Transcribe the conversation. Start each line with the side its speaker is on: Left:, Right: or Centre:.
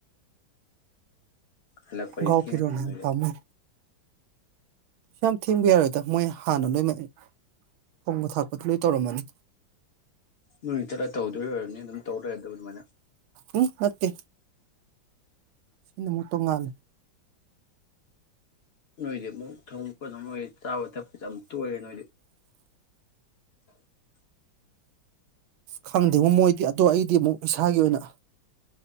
Left: ꯍꯜꯂꯛꯄꯗꯤ
Right: ꯒꯥꯎ
Left: ꯊꯦꯡꯉꯅꯤꯅꯦ
Right: ꯐꯤꯔꯣꯟꯅ ꯍꯦꯟꯅꯥ
Left: ꯅꯣꯏꯗ
Right: ꯄꯥꯝꯃꯨꯏ ꯁꯨ ꯌꯥꯝ ꯊꯦꯡꯕ ꯌꯥꯔꯣꯏꯗ ꯃꯣꯏ ꯍꯥꯟꯅ ꯂꯣꯏ ꯊꯣꯡꯕ ꯊꯥꯛꯄꯗꯤ ꯂꯣꯏ ꯇꯧꯔꯝꯃꯅꯤ
Left: ꯅꯣꯏꯅ ꯆꯠꯂꯥ ꯇꯧꯔꯨꯗꯣꯏ ꯑꯣꯏꯔꯝꯅꯤ ꯑꯗꯨꯝ ꯇꯧꯔꯥ ꯂꯩꯔꯗꯨꯕꯨ ꯑꯗꯨꯃꯥꯏꯅ
Right: ꯎꯝ ꯅꯠꯇꯦ ꯁꯤꯅ ꯑꯃꯨꯛ ꯇꯣꯡꯉꯥꯜꯂꯦ
Left: ꯅꯣꯏꯗꯤ ꯑꯃꯨꯛ ꯊꯧ ꯀꯅꯣꯝ ꯑꯣꯏ ꯆꯥꯕ ꯊꯛꯄꯁꯦ ꯌꯥꯝ ꯇꯣꯏꯔꯦ ꯅꯣꯏꯗꯤ <inaudible>
Right: ꯈꯪꯗꯦꯕꯣ ꯃꯣꯏꯗꯤ ꯑꯗꯣ ꯑꯩꯗꯤ ꯑꯃꯨꯛ ꯏꯁꯥꯒꯤ ꯑꯣꯏꯅ